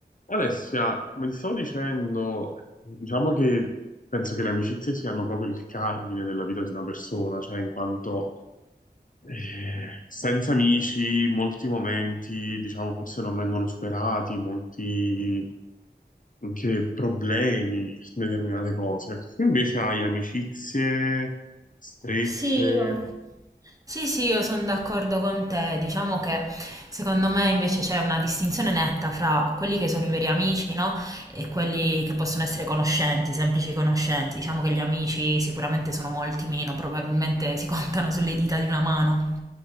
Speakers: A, on the left; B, on the right.
A: Alessia, come ti stavo dicendo, diciamo che penso che le amicizie siano proprio il cardine della vita di una persona, cioè in quanto eh, senza amici molti momenti, diciamo, forse non vengono superati, molti anche problemi su determinate cose. Tu invece hai amicizie strette,
B: Sì, io... Sì, sì, io sono d'accordo con te. Diciamo che secondo me invece c'è una distinzione netta fra quelli che sono i veri amici, no? E quelli che possono essere conoscenti, semplici conoscenti. Diciamo che gli amici sicuramente sono molti meno, probabilmente si contano sulle dita di una mano.